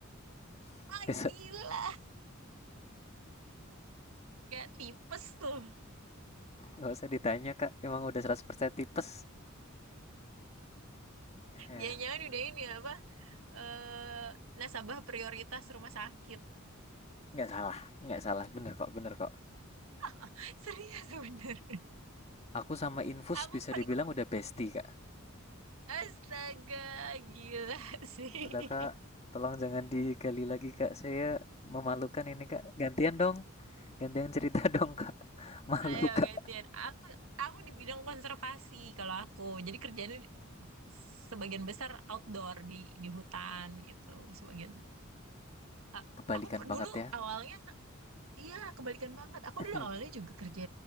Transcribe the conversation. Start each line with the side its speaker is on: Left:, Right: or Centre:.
Left: <laughs>
Right: Ah,
Left: besok
Right: gila, nggak tipes tuh.
Left: nggak usah ditanya kak emang udah 100% tipes ya ya.
Right: Jangan-jangan udah ini apa? Eh, nasabah prioritas rumah sakit.
Left: nggak salah nggak salah bener kok bener kok
Right: <laughs> Serius bener.
Left: aku sama infus
Right: Aku
Left: bisa
Right: tuh paling
Left: dibilang udah bestie kak
Right: astaga, gila <laughs> sih.
Left: Udah Kak, tolong jangan digali lagi Kak. Saya memalukan ini Kak. Gantian dong, gantian cerita <laughs> dong Kak. Malu
Right: Ayo
Left: Kak.
Right: gantian. Aku aku di bidang konservasi kalau aku. Jadi kerjanya di- sebagian besar outdoor di di hutan gitu. Sebagian A-
Left: Kebalikan
Right: aku per-
Left: banget
Right: dulu
Left: ya.
Right: awalnya iya kebalikan banget. Aku
Left: <laughs>
Right: dulu awalnya juga kerja